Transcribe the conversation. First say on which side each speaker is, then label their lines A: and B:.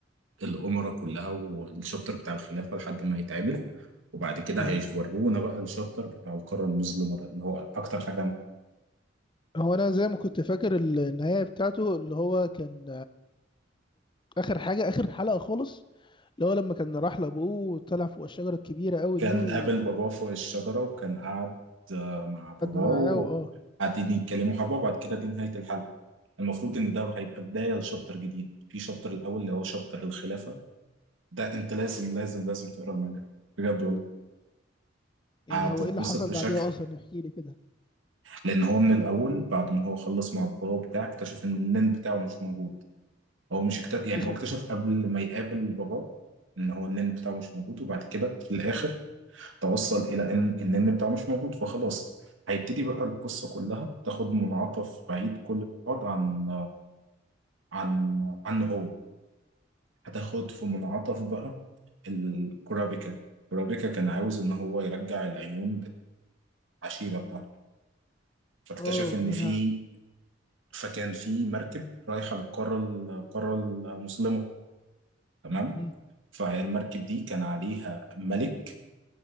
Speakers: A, on the right; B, on the left.
A: الأمرة كلها والشابتر بتاع الخلافة لحد ما يتعمل وبعد كده
B: مم.
A: هيورونا بقى الشابتر بتاع القارة المظلمة ده اللي هو أكتر حاجة عمل.
B: هو أنا زي ما كنت فاكر ال- النهاية بتاعته اللي هو كان آخر حاجة آخر حلقة خالص اللي هو لما كان راح لأبوه وطلع فوق الشجرة الكبيرة أوي
A: كان
B: دي وقعد
A: قابل باباه فوق الشجرة وكان قاعد آه، مع باباه
B: معاه وآه
A: وقاعدين يتكلموا حبة وبعد كده دي نهاية الحلقة المفروض إن ده هيبقى بداية لشابتر جديد في شابتر الأول اللي هو شابتر الخلافة ده أنت لازم لازم لازم تقرا المانجا بجد والله
B: يعني
A: هتتبسط
B: هو إيه اللي حصل
A: بشكل
B: بعديها أصلا احكي لي كده
A: لأن هو من الأول بعد ما هو خلص مع باباه بتاعه اكتشف إن النين بتاعه مش موجود هو مش اكت... يعني
B: اكتشف-
A: هو اكتشف قبل ما يقابل باباه ان هو النن بتاعه مش موجود وبعد كده في الاخر توصل الى ان النن بتاعه مش موجود فخلاص هيبتدي بقى القصة كلها تاخد منعطف بعيد كل بعد عن عن عنه هو هتاخد في منعطف بقى الكورابيكا كورابيكا كان عاوز ان هو يرجع العيون بتاع العشيرة بتاعته فاكتشف
B: اه
A: ان
B: ده
A: في
B: انا
A: فكان في مركب رايحة للقارة القارة المظلمة تمام
B: مم.
A: فهي المركب دي كان عليها ملك